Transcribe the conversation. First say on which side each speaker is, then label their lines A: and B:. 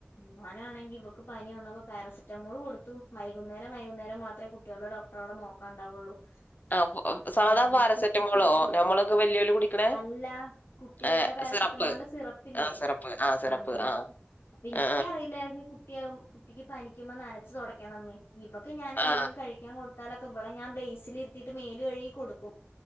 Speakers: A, on the left; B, on the left.
A: ഞാനാണെങ്കി ഇവക്ക് പനി വന്നപ്പോ പാരസെറ്റമോള് കൊടുത്തു. വൈകുന്നേരം വൈകുന്നേരം മാത്രേ കുട്ട്യോൾടെ ഡോക് അവടെ നോക്കാണ്ടാവൊള്ളൂ
B: ആഹ്
A: അപ്പ
B: സാധാ
A: ഞാന്
B: പാരസെറ്റമോളോ
A: <unintelligible>
B: നമ്മളൊക്കെ വല്യോല് കുടിക്കണേ
A: അല്ല കുട്ടികൾടെ
B: ഏഹ്
A: പാരസെറ്റമോളിന്റെ
B: സിറപ്പ്
A: സിറപ്പില്ലേ?
B: ആ സിറപ്പ് ആ സിറപ്പ്
A: അത്
B: ആ
A: അപ്പ ഇനിക്കറിയില്ലായിരുന്നു
B: ആ
A: ഈ കു ട്ട്യാകും കുട്ടിക്ക് പനിക്കുമ്പോ നനച്ചു തൊടയ്ക്കണംന്ന്. ഇവക്ക് ഞാൻ എന്തെങ്കിലും
B: ആ
A: കഴിക്കാൻ കൊട് മ്പളൊക്കെ ഇവളെ ഞാൻ ബേസിൽ ഇരുത്തിയിട്ട് മേല് കഴുകി കൊടുക്കും.